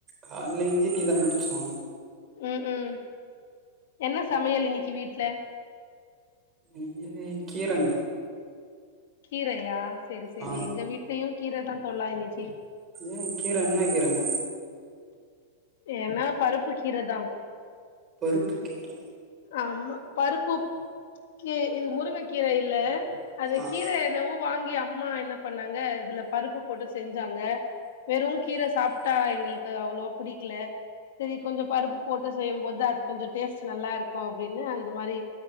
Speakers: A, on the right (about 15°); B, on the left (about 60°).
A: கால்ல இஞ்சிடிதா குடிச்சோ
B: ம் ம் என்ன சமையல் இன்னிக்கி வீட்ல
A: இங்யை கீரங்க
B: கீரையா செரி செரி
A: ஆ
B: எங்க வீட்லயு கீர தா தோழ இன்னிக்கி
A: ஏ கீறேன்ன கிறங்க
B: என பருப்பு கீரைதா
A: பருப்புக்கீற
B: ஆமா பருப்பு கீ இது முருங்கை கீர இல்ல அது
A: ஆ
B: கீர என்னவோ வாங்கி அம்மா என்ன பண்ணாங்க இதுல பருப்பு போட்டு செஞ்சாங்க வெறும் கீர சாப் டா எங்களுக்கு அவ்ளவோ பிடிக்கல செரி கொஞ்சோ பருப்பு போட்டு செய்யும்போது அது கொஞ்சோ டேஸ்ட் நல்லா இருக்கு அப்டின்னு அந்த மாரி